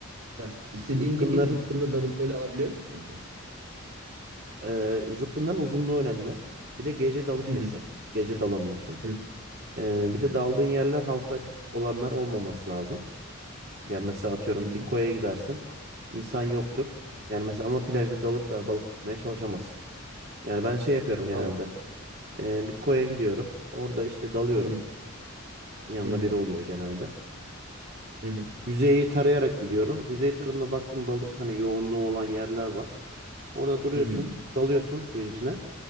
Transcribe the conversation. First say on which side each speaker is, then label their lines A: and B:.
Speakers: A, on the right; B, on the right.
A: heh, istediğin
B: zıpkınların
A: gibi zıpkınla dalıp böyle alabiliyor musun ki?
B: Ee, zıpkınların uzunluğu önemli. Bir de gece dalış
A: Hı
B: yasak.
A: hı.
B: Gece dalamıyorsun.
A: Hı hı.
B: Ee,
A: Hı
B: bir
A: hı.
B: de daldığın yerler halka açık olanlar olmaması lazım. Yani mesela atıyorum
A: Hı hı.
B: bir koya gidersin. insan yoktur. Yani mesela ama plajda dalıp da balık tutmaya çalışamazsın. Yani ben şey yapıyorum genelde.
A: Al al.
B: Ee, bir koya gidiyorum. Orada işte dalıyorum.
A: Hı hı.
B: Yanımda
A: Hı hı.
B: biri oluyor genelde.
A: Hı hı.
B: Yüzeyi tarayarak gidiyorum. Yüzey tarafına baktım balık hani yoğunluğu olan yerler var. Orada duruyorsun,
A: Hı hı.
B: dalıyorsun suyun içine.